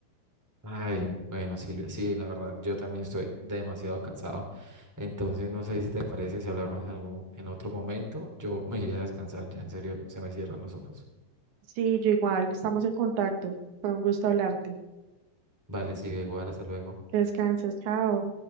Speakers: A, in the centre; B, on the right (about 85°).
A: Ay, bueno, Silvia, sí, la verdad, yo también estoy demasiado cansado. Entonces, no sé si te parece si hablamos en algún- en otro momento. Yo me iré a descansar, ya en serio, se me cierran los ojos.
B: Sí, yo igual, estamos en contacto. Fue un gusto hablarte.
A: Vale, sí, igual, hasta luego.
B: Que descanses, chao.